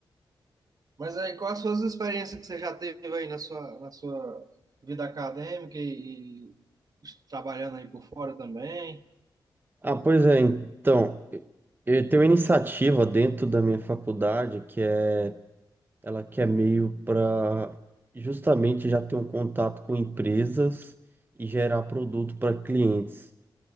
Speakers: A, on the right; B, on the right.
A: mas aí, quais as suas experiências que você já teve aí na sua, na sua vida acadêmica e, e trabalhando aí por fora também?
B: Ah, pois é, então, eu eu tenho uma iniciativa dentro da minha faculdade que é, ela que é meio para justamente já ter um contato com empresas e gerar produto para clientes.